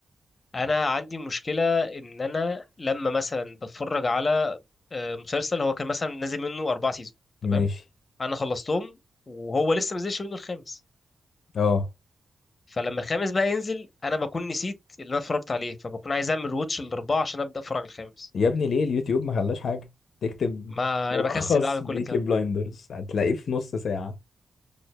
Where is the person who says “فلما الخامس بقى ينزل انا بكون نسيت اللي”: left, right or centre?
Left